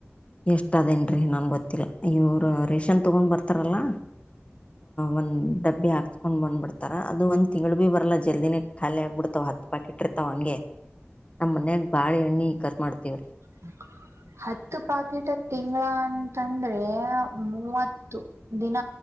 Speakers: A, on the left; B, on the right.
A: ಎಷ್ಟ ಅದೇನ್ರೀ ನನ್ ಗೊತ್ತಿಲ್ಲ ಇವರು ರೇಷನ್ ತಗೊಂಡ್ ಬರ್ತಾರಲ್ಲಾ ಒಂದ್ ಡಬ್ಬಿ ಹಾಕ್ಸ್ಕೊಂಡ್ ಬಂದ್ಬಿಡ್ತಾರ ಅದು ಒಂದ್ ತಿಂಗಗಳು ಭಿ ಬರಲ್ಲಾ ಜಲ್ದಿನೇ ಖಾಲಿ ಆಗ್ಬಿಡ್ತಾವ ಹತ್ತು ಪಾಕಿ ಇಟ್ಟಿರ್ತಾವ ಹಂಗೆ ನಮ್ ಮನ್ಯಾಗ ಬಾಳ ಎಣ್ಣಿ ಕತ್ ಮಾಡ್ತವ್ರಿ
B: <unintelligible> ಹತ್ತು ಪಾಕೆಟ್ ತಿಂಗಳ ಅಂತಂದ್ರೆ ಮೂವತ್ತು ದಿನ